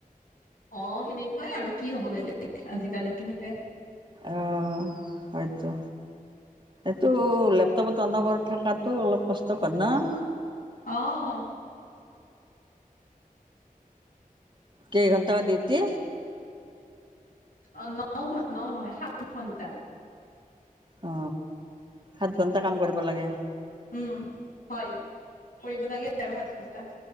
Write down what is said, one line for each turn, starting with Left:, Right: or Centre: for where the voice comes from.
Left: অ সেনেকুৱাই আৰু কি হব বেলেগ আজিকালিটো সেইটোৱে।
Right: অ হয়তো, এইটো লেপটপত অনবৰ্ত থকাতো অলপ কষ্টকৰ ন?
Left: অঁহ।
Right: কেই ঘণ্টা ডিউটি?
Left: অ ন ঘন ন নহয় সাত ঘন্টা।
Right: অ সাত ঘন্টা কাম কৰিব লাগে।
Left: উম হয়। কৰিব লাগে আৰু সাত ঘণ্টা।